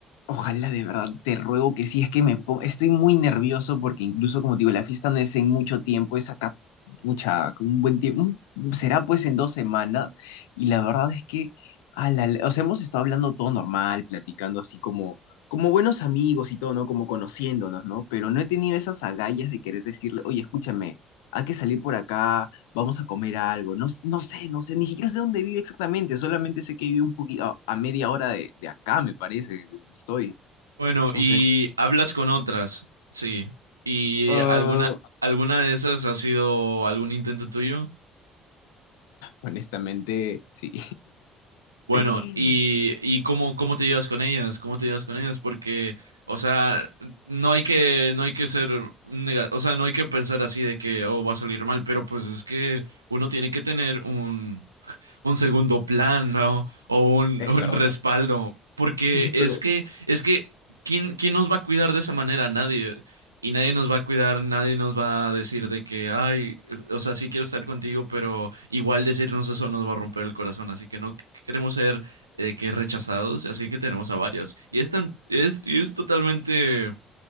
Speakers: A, on the left; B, on the right.
A: Ojalá de verdad, te ruego que sí, es que me po- estoy muy nervioso porque incluso como te digo, la fiesta no es en mucho tiempo, es acá, pucha, con un buen tiempo, será pues en dos semanas y la verdad es que, a la, o sea, hemos estado hablando todo normal, platicando así como, como buenos amigos y todo, ¿no? Como conociéndonos, ¿no? Pero no he tenido esas agallas de querer decirle, oye, escúchame, hay que salir por acá vamos a comer algo. No, s- no sé, no sé, ni siquiera sé dónde vive exactamente, solamente sé que vive un poquito a, a media hora de, de acá, me parece, de donde estoy.
B: Bueno,
A: Entonces,
B: y hablas con otras, sí. ¿Y
A: ah,
B: alguna, alguna de esas ha sido algún intento tuyo?
A: honestamente, sí.
B: Bueno,
A: <laughs>
B: y, y cómo, cómo te llevas con ellas, cómo te llevas con ellas, porque, o sea, no hay que, no hay que ser nega- o sea, no hay que pensar así de que, oh, va a salir mal, pero pues es que uno tiene que tener un, <laughs> un segundo plan, ¿no? O un,
A: Es
B: un
A: verdad,
B: respaldo, porque es
A: pero
B: que, es que, ¿quién, quién nos va a cuidar de esa manera? Nadie. Y nadie nos va a cuidar, nadie nos va a decir de que, ay, eh, o sea, sí quiero estar contigo, pero igual decirnos eso nos va a romper el corazón, así que no queremos ser eh, que rechazados, así que tenemos a varios. Y es tan- es, y es totalmente